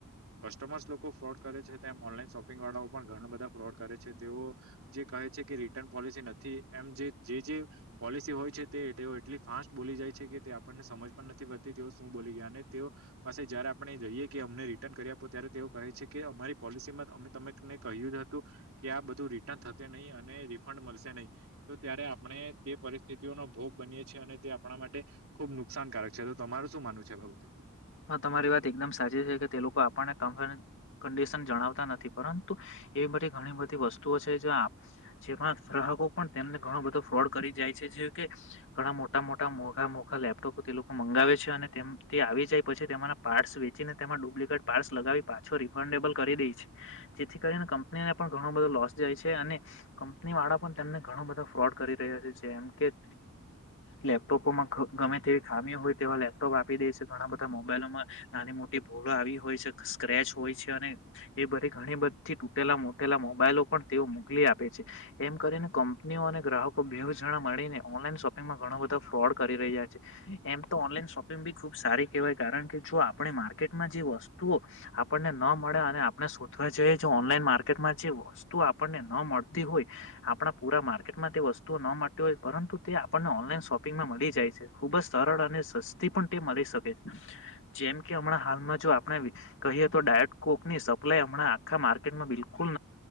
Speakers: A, on the right; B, on the left.
A: કસ્ટમ લોકો ફ્રોડ કરે છે તેમ ઓનલાઈન શોપિંગ વાળાઓ પણ ઘણા બધા ફ્રોડ કરે છે તેઓ જે કહે છે કે રિટર્ન. પોલિસી નથી એમ જે જે પોલિસી હોય છે તે એટલી ફાસ્ટ બોલી જાય છે કે તે આપણને સમજ પણ નથી પડતી તેઓ શું બોલી ગયા અને તેઓ પાસે જયારે આપણે જઈએ કે અમને રિટર્ન કરી આપો ત્યારે તેઓ કહે છે કે અમારી પોલિસીમાં અમે તમેને કહ્યું હતું કે આ બધું રિટર્ન થશે નહીં અને રિફંડ મળશે નહીં તો ત્યારે આપણે તે પરિસ્થિતિઓનો ભોગ બનીએ છીએ અને તે આપણા માટે ખુબ નુકસાનકારક છે તો તમારું શું માનવું છે બાબતે?
B: હા તમારી વાત એકદમ સાચી છે કે તે લોકો આપણને ક કંડિશન જણાવતા નથી પરંતુ એવી બધી ઘણી બધી વસ્તુઓ છે જો આપ જેમાં ગ્રાહકો પણ તેમને ઘણો બધો ફ્રોડ કરી જાય છે જે કે ઘણા મોટા મોટા મોઘા મોઘા લેપટોપ તે લોકો મંગાવે છે અને તેમ તે આવી જાય પછી તેના પાર્ટ્સ વેચીને તેમાં ડુપ્લિકેટ પાર્ટ્સ લગાવી પાછો રિફન્ડેબલ કરી દે છે. જેથી કરીને કંપનીને પણ ઘણો બધો લોસ જાય છે અને કંપની વાળા પણ તેમને ઘણો બધા ફ્રોડ કરી રહ્યા છેમ કે લેપટોપોમાં ગમે તેવી ખામીઓ હોય તેવા લેપટોપ આપી દે છે. મોબાઈલમાં નાની મોટી ભૂળો આવી હોય છે સ્ક્રેચ હોય છે અને એ બધી ઘણી બધીથી તૂટેલા મોટેલા મોબાઈ તે મોકલી આપે છે એમ કરીને કંપનીઓ અને ગ્રાહકો બેહ જણા મળીને ઓનલાઈનો. શોપિંગમાં ઘો બધો ફ્રોડ કરી રહ્યા છે એમ તો ઓનલાઈન શોપિંગ બી ખુબ સારી. કવાય કારણ કે જો આપણે માર્કેટમાં જે વસ્તુઓ આપણને ન મળે અને આપણે શોધવા જઈએ. ઓનલાઈન માર્કેટમાં જે વસ્તુ આપણને ન મળતી હોય આપણા પુરા માર્કેટમાં તે વસ્તુઓ ન મળતી. પરંતુ તે આપણને ઓનલાઈન શોપિંગમાં મળી જાય છે ખુબ જ સરળ અને સસ્તી પણ તે મળી શકે છે.
A: <inaudible>
B: જેમ કે હમણાં હાલમાં જો આપણે કહીએ તો ડાયટકોક ની સપ્લાય હમણાં આખા માર્કેટમાં બિલકુલ